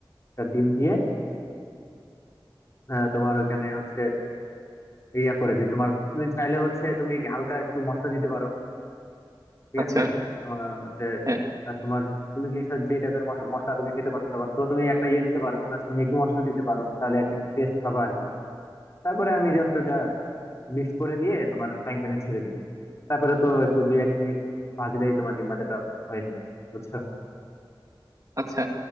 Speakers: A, on the left; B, on the right.
A: একটা ডিম দিয়ে আহ, তোমার ওখানে হচ্ছে ইয়া করে দিই তোমার তুমি চাইলে হচ্ছে তুমি হালকা একটু মশলা দিতে পারো ঠিক
B: আচ্ছা
A: আছে তোমার হচ্ছে
B: হ্যাঁ
A: আহ, তোমার তুমি যে যে টাইপের মশলা তুমি খেতে পছন্দ করো তো তুমি একটা ইয়ে দিতে পারো তুমি হচ্ছে ম্যাগি মশলা দিতে পারো তাহলে একটা একটু টেস্ট পাবা আর কি তারপরে আমি জাস্ট ওটা মিক্স করে দিয়ে তোমার ফ্রাইং প্যানে ছেড়ে দিই তারপরে তো একটু দুই এক মিনিট ভাজলেই তোমার ডিম ভাজাটা হয়ে যায় বুঝছো
B: আচ্ছা